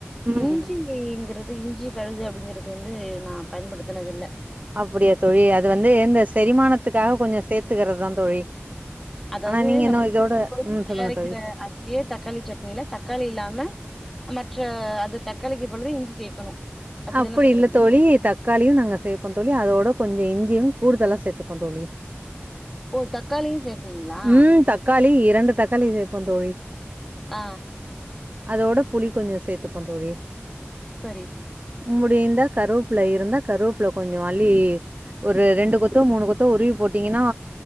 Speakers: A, on the right; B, in the centre.
A: ம்
B: இஞ்சிங்கிறது
A: ம்
B: இஞ்சி கடுகு அப்டிங்கிறது வந்து நா பயன்படுத்தினது இல்ல
A: அப்படியா தோழி அது வந்து இந்த செரிமானத்துக்காக கொஞ்சோ சேத்துக்கிறதா தோழி
B: அதாவது
A: ஆனா நீங்க
B: நம்ம
A: இன்னு இதோட
B: <unintelligible>
A: ம்
B: தயாரிக்கிற
A: சொல்லுங்க தோழி
B: அதையே தக்காளி சட்னியில தக்காளி இல்லாம மற்ற அது தக்காளிக்கு பதிலா இஞ்சி சேக்கணு அப்டித்தான
A: அப்படி
B: சொல்றீங்க
A: இல்ல தோழி தக் தக்காளியு நாங்க சேப்போ தோழி அதோட கொஞ்சோ இஞ்சியு கூடுதலா சேத்துப்போ தோழி
B: ஓ தக்காளியு சேப்பீங்ளா
A: ம் தக்காளி இரண்டு தக்காளி சேப்போ தோழி
B: ஆ
A: அதோட புளி கொஞ்சோ சேத்துப்போ தோழி
B: சரி
A: முடிந்தா கருவேப்பில இருந்தா கருவேப்பில்ல கொஞ்சோ அள்ளி ஒரு ரெண்டு கொத்தோ மூணு கொத்தோ உருவி போட்டீங்கன்னா